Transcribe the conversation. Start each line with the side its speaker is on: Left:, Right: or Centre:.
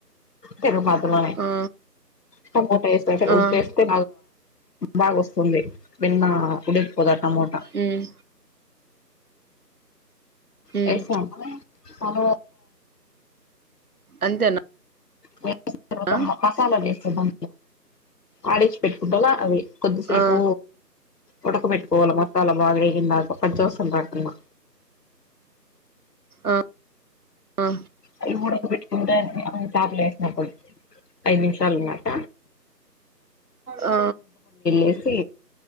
Left: తిరిగే మధ్యలోనే
Right: ఆ
Left: టమాట
Right: ఆ
Left: ఉప్పేస్తే బాగా వస్తుంది బిన్న ఉడికిపోతాది టమోటా
Right: ఉమ్ మ్మ్
Left: వేసాము
Right: అంతేనా
Left: వేసిన తర్వాత
Right: ఆ
Left: మా మసాలా వేస్తా ఆడిచ్చ పెట్టుకుంటాలా అవి కొద్దిసేపు
Right: ఆ
Left: ఉడక పెట్టుకోవాల మసాలా బాగ వేగిందాక <unintelligible> రాకుండా
Right: ఆ ఆ
Left: అ ఉడక పెట్టుకుంటే చేపలు వేసినప్పుడు ఐదు నిమిషాలు అన్నమాట
Right: ఆ
Left: వేసి